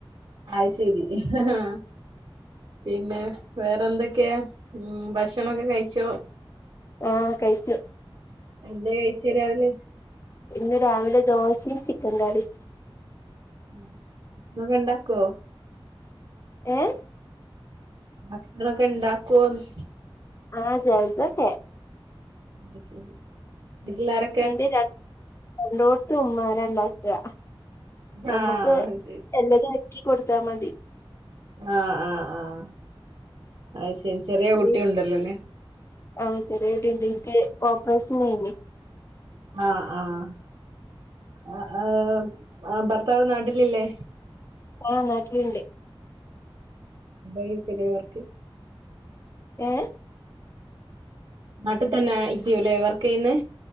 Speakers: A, on the right (about 60°); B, on the left (about 30°).
A: അയ്ശെരി. ആഹ് പിന്നേ വേറെന്തൊക്കെയാ ഉം ഭഷണൊക്കെ കയിച്ചോ?
B: ആഹ്, കയിച്ചു.
A: എന്തേ കയിച്ചീ രാവിലെ?
B: ഇന്ന് രാവിലെ ദോശിം ചിക്കങ്കറിം
A: ഉം. <unintelligible> ഷണൊക്കെ ണ്ടാക്കോ?
B: ഏഹ്.
A: ഭക്ഷണൊക്കെണ്ടാക്കോന്ന്?
B: ആഹ്, ചെൽതൊക്കെ
A: അയ്‌ശെരി. വീട്ടിലാരൊ
B: അയ്ന് രണ്ട് രണ്ടോട്ത്തുമ്മാരാണ്ടാക്കാ ഞമ്മക്ക്
A: ആഹ് അത് ശരി
B: എല്ലതൊര്ക്കി കൊട്ത്താ മതി.
A: ആഹ്, ആഹ്, ആഹ് അയ്ശെരി. ചെറ്യേ കുട്ട്യൂണ്ടല്ലോല്ലേ
B: ഈ ആഹ്, ചെറ്യേട്ടിണ്ട്. ൻക്ക് ഓപ്പറേഷനേനി.
A: ആഹ്, ആഹ് ആ ആ ആ ഭർത്താവ് നാട്ടിലില്ലേ?
B: ആഹ് നാട്ടില്ണ്ട്.
A: എന്തായിരിക്കെലെ വർക്ക്.
B: ഏഹ്.
A: നാട്ടിതന്നെ ആയിരിക്ക്യുലേ വർക്കെയ്യുന്നെ.